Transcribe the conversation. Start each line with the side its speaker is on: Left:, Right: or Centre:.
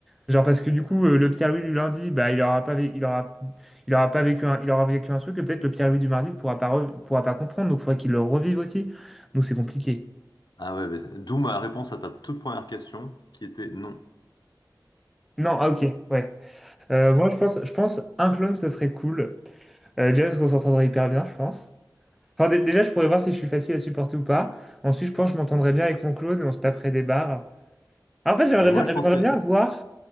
Centre: Genre parce que du coup euh, le Pierre-Louis du lundi bah il aura pas vé- il aura il aura pas vécu un, il aura vécu un truc que peut-être le Pierre-Louis du mardi pourra pas re- pourra pas comprendre donc il faudrait qu'il le revive aussi donc c'est compliqué.
Left: Ah ouais, mais c'est- d'où ma réponse à ta toute première question, qui était non.
Centre: Non ah ok ouais Euh, moi je pense je pense un clone ça serait cool Euh, déjà parce qu'on s'entendrait hyper bien je pense. Enfin dé- déjà je pourrais voir si je suis facile à supporter ou pas. Ensuite je pense que je m'entendrais bien avec mon clone et on se taperait des barres. En fait j'aimerais
Left: Mais moi,
Centre: bien
Left: je
Centre: j'aimerais
Left: pense que,
Centre: bien voir